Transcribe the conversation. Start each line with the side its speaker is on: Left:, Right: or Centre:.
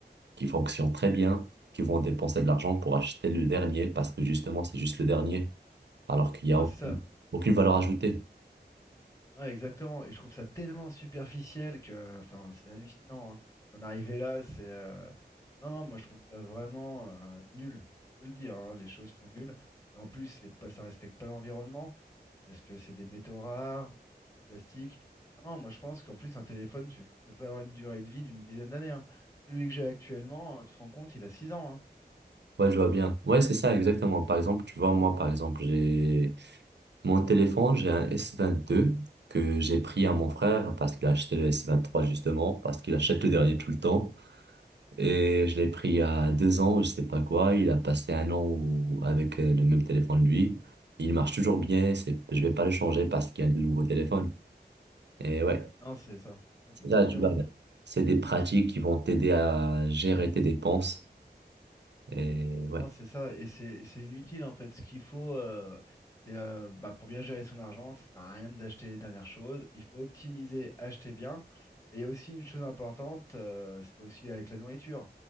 Right: qui fonctionnent très bien, qui vont dépenser de l'argent pour acheter le dernier parce que justement, c'est juste le dernier, alors qu'il n'y
Left: Non,
Right: a aucune,
Left: c'est ça.
Right: aucune valeur ajoutée.
Left: Ouais, exactement. Et je trouve ça tellement superficiel que, enfin, c'est hallucinant. hein. D'en arriver là, c'est. euh, Non, non, moi je trouve ça vraiment euh, nul. Il faut le dire, hein, les choses sont nulles. En plus, c'est pas, ça respecte pas l'environnement parce que c'est des métaux rares, c'est du plastique. Non, moi je pense qu'en plus un téléphone, tu, ça peut avoir une durée de vie d'une dizaine d'années. hein. Celui que j'ai actuellement, tu te rends compte, il a six ans. hein.
Right: Ouais, je vois bien. Ouais, c'est ça, exactement. Par exemple, tu vois, moi, par exemple, j'ai mon téléphone, j'ai un s vingt deux que j'ai pris à mon frère parce qu'il a acheté le s vingt trois justement, parce qu'il achète le dernier tout le temps. Et je l'ai pris il y a deux ans, je sais pas quoi. Il a passé un an au- avec euh, le même téléphone lui. Il marche toujours bien. C'est, je vais pas le changer parce qu'il y a de nouveaux téléphones. Et ouais,
Left: Non, c'est ça. Ouais,
Right: c'est
Left: Exactement.
Right: ça, tu vois. C'est des pratiques qui vont t'aider à gérer tes dépenses. Et ouais.
Left: Non, c'est ça, et c'est c'est inutile en fait. Ce qu'il faut, euh, c'est euh, bah, pour bien gérer son argent, ça sert à rien d'acheter les dernières choses. Il faut optimiser, acheter bien. Et il y a aussi une chose importante, euh, c'est aussi avec la nourriture.